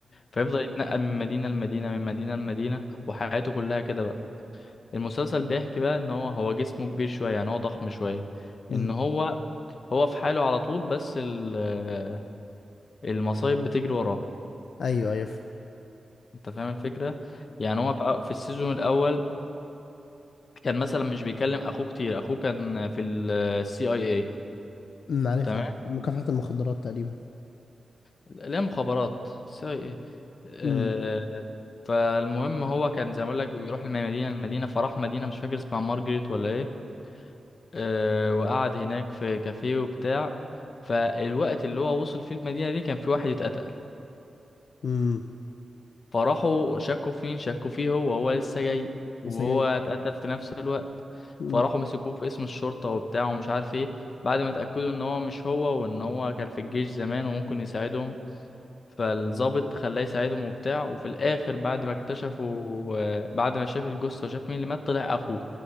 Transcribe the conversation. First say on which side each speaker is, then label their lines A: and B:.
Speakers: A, on the left; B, on the left.
A: فيفضل يتنقل من مدينة لمدينة من مدينة لمدينة وحياته كلها كده بقى المسلسل بيحكي بقى ان هو هو جسمه كبير شوية يعني هو ضخم شوية
B: امم
A: ان هو هو في حاله على طول بس ال- آه، المصايب بتجري وراه
B: ايوه ايوه
A: انت فاهم الفكرة يعني هو في في السيزون الاول كان مثلا مش بيكلم اخوه كتير اخوه كان في السي اي اي
B: أمم، عارفها
A: تمام
B: مكافحة المخدرات تقريبا
A: لا مخابرات سي اي اي آه،
B: امم
A: فالمهم هو كان زي ما اقول لك بيروح من مدينه لمدينه فراح مدينه مش فاكر اسمها مارجريت ولا ايه آه، وقعد هناك في كافيه وبتاع فالوقت اللي هو وصل فيه المدينه دي كان في واحد اتقتل
B: امم
A: فراحوا شكوا في مين شكوا فيه هو هو لسه جاي وهو
B: السجاير
A: اتقتل في نفس الوقت
B: أمم،
A: فراحوا مسكوه في اسم الشرطة وبتاع ومش عارف ايه بعد ما اتأكدوا ان هو مش هو وان هو كان في الجيش زمان وممكن يساعدهم فالضابط خلاه يساعدهم وبتاع وفي الاخر بعد ما اكتشفوا آه، بعد ما شاف الجثة وشاف مين اللي مات طلع اخوه